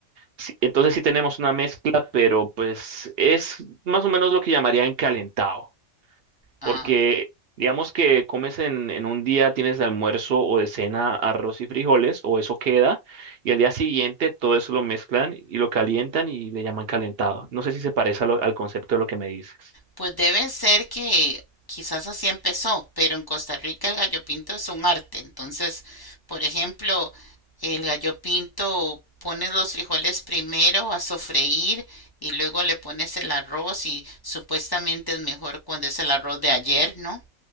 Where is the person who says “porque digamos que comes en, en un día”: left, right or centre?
Right